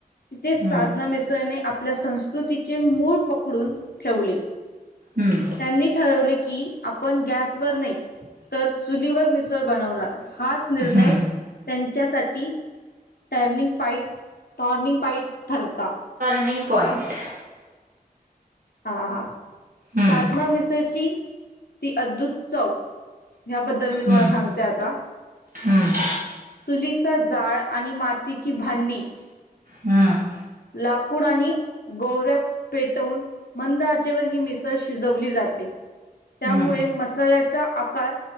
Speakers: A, on the left; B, on the right.
A: तिथेच साधना
B: हम्म,
A: मिसळने आपल्या संस्कृतीचे मूळ पकडून ठेवले.
B: हम्म,
A: त्यांनी ठरवले की आपण गॅसवर नाही तर चुलीवर मिसळ बनवणार हाच निर्णय
B: हम्म.
A: त्यांच्यासाठी टर्निंग पाईट टर्निंग पाईट ठरता
B: टर्निंग पॉईंट.
A: हा हा
B: हम्म,
A: साधना मिसळची ती अद्भुत चव ह्याबद्दल मी तुम्हाला
B: हम्म,
A: सांगते आता
B: हम्म,
A: चुलीचा जाळ आणि मातीची भांडी
B: हम्म,
A: लाकूड आणि गौ ऱ्या पेटवून मंद आचेवर ही मिसळ शिजवली जा जाते. त्यामुळे
B: हम्म.
A: मसाल्याचा आकार